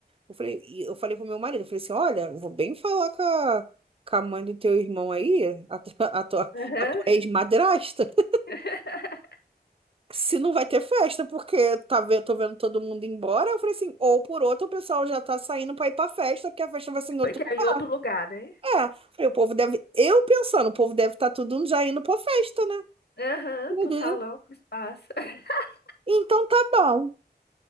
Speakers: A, on the right; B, on the left.
A: Eu falei, e eu falei pro meu marido, eu falei assim, olha, eu vou bem falar com a, com a mãe do teu irmão aí, a tua, a tua,
B: Aham.
A: a tua ex-madrasta, <laughs>
B: <laughs>
A: se não vai ter festa, porque tá, ve- tô vendo todo mundo embora. Eu falei assim, ou por outro, o pessoal já tá saindo pra ir pra festa, porque a festa vai ser em outro
B: Porque
A: lugar.
B: é em outro lugar, né?
A: É, falei, o povo deve, eu pensando, o povo deve estar tá tudo já indo pra festa, né?
B: Aham,
A: Uhum.
B: pro salão, pro espaço. <laughs>
A: Então tá bom.